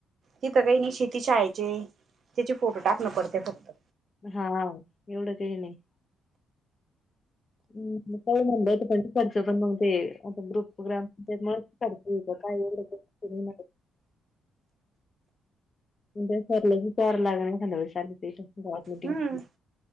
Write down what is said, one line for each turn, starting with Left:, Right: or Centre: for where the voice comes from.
Right: तिथं काही नाही शेती शाळेचे, त्याचे फोटो टाकणे पडते फक्त.
Left: हा एवढं काही हे नाही. हम् काही म्हणलं पण खर्च पण मग ते आता ग्रुप ग्राम <unintelligible> काय त <unintelligible> तुमच्या सरांलाच विचारावा लागणार ॲलिटेशनच आणि ते वॉल मिटिंगच
Right: हम्म